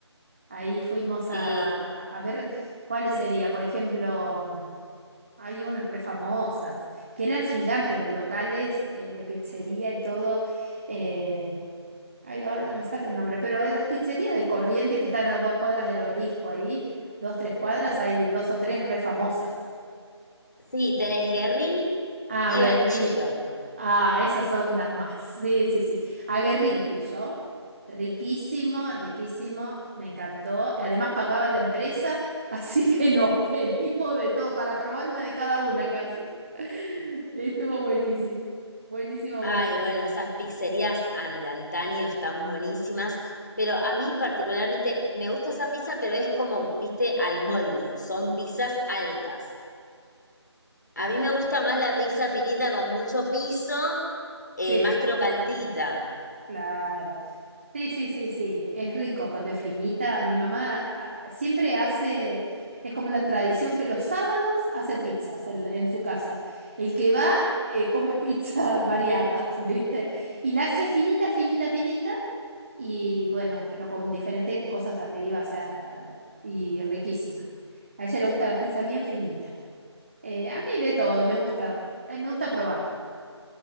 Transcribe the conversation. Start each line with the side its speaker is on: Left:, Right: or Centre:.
Right: Ahí fuimos
Left: Sí,
Right: a, a ver cuál sería, por ejemplo, mm, hay unas re famosas, que eran gigantes los locales de, de pizzería y todo. eh, Ay, ahora no me sale el nombre, pero de las pizzerías de Corrientes que están a dos cuadras del obelisco ahí, dos, tres cuadras, hay dos o tres re famosas.
Left: sí, tenés Guerrín
Right: Ah,
Left: y
Right: Guerrín.
Left: Banchero.
Right: Ah, esas son las más. Sí, sí, sí. A Guerrín fui yo. Riquísimo, riquísimo, me encantó. Además pagaba la empresa, <laughs> así que nos <laughs> pedimos de todo para probar una de cada una casi. <laughs> Estuvo buenísimo. Buenísimo, bueno.
Left: Ay, bueno, esas pizzerías an- de antaño están buenísimas, pero a mí particularmente me gusta esa pizza, pero es como, viste, al molde, son pizzas altas. A
Right: Claro.
Left: mí me gusta
Right: Sí,
Left: más la pizza finita con mucho piso, eh,
Right: sí,
Left: más crocantita.
Right: claro. Sí, sí, sí, sí, es rico, con definita. Mi mamá ah, siempre hace, es como la tradición que los sábados hace pizzas en, en su casa. El que va eh, come pizza <laughs> variadas, ¿viste? Y la hace finita, finita, finita, y bueno, pero con diferentes cosas arriba, o sea, y riquísima. A ella le gusta la pizza bien finita. Eh, a mí de todo, me gusta, eh, me gusta probar.